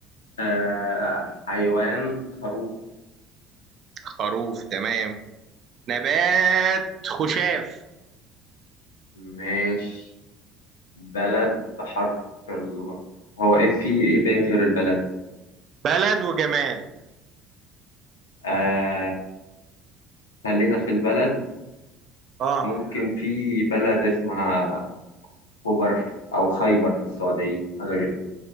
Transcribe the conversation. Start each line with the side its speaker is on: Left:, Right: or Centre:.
Left: آه حيوان خروف
Right: خروف تمام نبات خشاف
Left: ماشي بلد بحرف ال هو ايه في ايه بقى غير البلد
Right: بلد وجماد
Left: آه خلينا في البلد
Right: اه
Left: ممكن في بلد اسمها خبر او خيبر في السعودية حاجة كده